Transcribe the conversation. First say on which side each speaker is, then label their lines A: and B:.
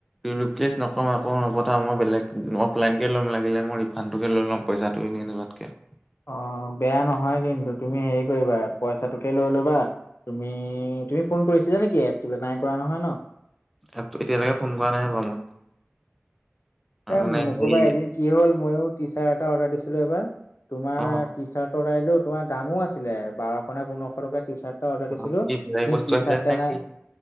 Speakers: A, in the centre; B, on the left (about 70°).
A: ৰিপ্লেচ নকও আঁকৌ নপথাও মই বেলেগ অফলাইনকে ল'ম লাগিলে মই ৰিফাণ্ডটোকে লৈ ল'ম। পইচাটো এনে নাজাতকে।
B: অ, বেয়া নহয় কিন্তু তুমি হেৰি কৰিবা পইচাটোকে লৈ ল'বা। তুমি -তুমি ফোন কৰিছিলা নেকি এপচটোলে নাই কৰা নহয় ন?
A: এপটো এতিয়ালৈকে ফোন কৰা নাই ৰবা মই। অ,
B: এ
A: মানে
B: নকবা
A: হেৰি
B: এদিন কি হল মইও টি চাৰ্ট এটা অৰ্ডাৰ দিছিলো এবাৰ তোমাৰ
A: অ
B: টি চাৰ্টৰ আইলো তোমাৰ দামো আছিলে বাৰশ নে পোন্ধৰশ টকা টি চাৰ্ট অৰ্ডাৰ
A: অ,
B: দিছিলো
A: কি বেলেগ
B: কিন্তু
A: বস্তু
B: টি
A: আহিলে
B: চাৰ্ট এটা
A: নে
B: নাই
A: কি